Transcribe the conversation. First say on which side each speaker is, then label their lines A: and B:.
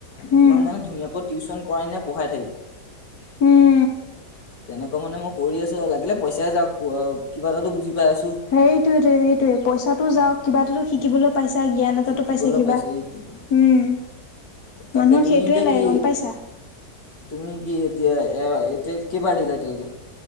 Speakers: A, on the left; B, on the left.
A: উম,
B: তোমাক মানে ধুনীয়াকৈ টিউচন কৰাই না পঢ়াই থাকিব।
A: উম।
B: তেনেকুৱা মানে মই কৰি আছো, লাগিলে পইচাই যাওক। কিবা এটাতো, বুজি পাই আছোঁ।
A: সেইটোয়ে, সেইটোয়ে পইচাতো যাওঁক কিবা এটা শিকিবলৈ। পাইছা জ্ঞান এটাটো
B: শিকিবলৈ
A: পাইছা কিবা,
B: পাইছে এইটো
A: উম।
B: তাকে
A: মানুহক
B: তুমি
A: সেইটোৱে
B: এতিয়া
A: লাগে
B: কি
A: গম পাইছা।
B: তুমি কি এতিয়া, এ এতিয়া কি পাতিবা তুমি।